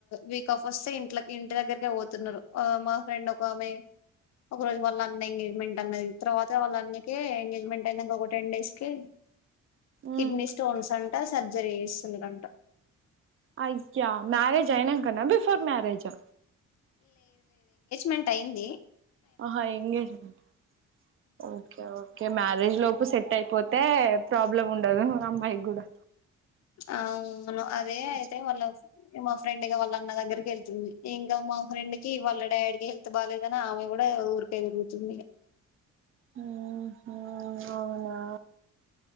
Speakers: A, on the left; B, on the right.
A: వీక్ ఆఫ్ వస్తే ఇంట్లో ఇంటి దగ్గరకే పోతున్నారు ఆ మా ఫ్రెండ్ ఒక ఆమె ఒక రోజు వాళ్ళ అన్న ఎంగేజ్మెంట్ అన్నది తర్వాత వాళ్ళ అన్నక ఎంగేజ్మెంట్ అయినాక ఒక టెన్ డేస్ కే కిడ్నీ
B: ఉమ్
A: స్టోన్స్ అం ట సర్జరీ చేస్తున్నరంట
B: అయ్యా మ్యారేజ్ ఐనాంకన్నా బిఫోర్ మ్యారేజా
A: మెంట్ అయ్యింది
B: ఆహా ఎంగేజ్మెంట్ ఆ ఓకే ఓకే మ్యారే జ్ లోపు సెట్ అయిపోతే ప్రాబ్లం ఉండదు అమ్మాయికి కూడా
A: అవును అదే
B: కొంచెం
A: అయితే వాళ్ళ ఇమా ఫ్రెండ్ గా వాళ్ళ అన్న దగ్గరికి యెళ్తుంది ఇంకా మా ఫ్రెండ్ కి వాళ్ళ డాడికి హెల్తు బాలేదు అ ని ఆమె కూడా ఊరికేళ్ళి కూర్చుందిగ
B: మ్ హూ అవునా